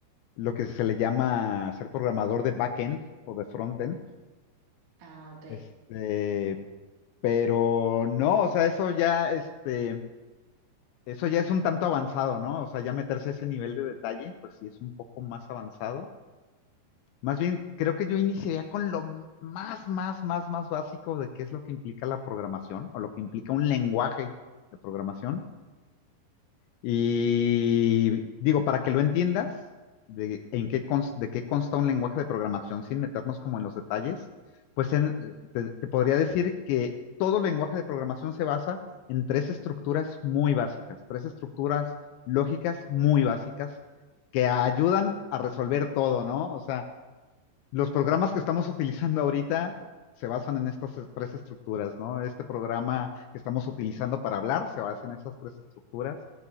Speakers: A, on the left; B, on the right.
A: lo que se le llama ser programador de backend o de frontend.
B: Ah, ok.
A: Este, pero no, o sea, eso ya, este, eso ya es un tanto avanzado, ¿no? O sea, ya meterse a ese nivel de detalle, pues sí es un poco más avanzado. Más bien, creo que yo iniciaría con lo más, más, más, más básico de qué es lo que implica la programación o lo que implica un lenguaje de programación. Y digo, para que lo entiendas, de, en qué cons- de qué consta un lenguaje de programación sin meternos como en los detalles, pues en- te, te podría decir que todo lenguaje de programación se basa en tres estructuras muy básicas, tres estructuras lógicas muy básicas que ayudan a resolver todo, ¿no? O sea, los programas que estamos utilizando ahorita se basan en estas tres estructuras, ¿no? Este programa que estamos utilizando
B: El-
A: para hablar se basa en esas tres estructuras.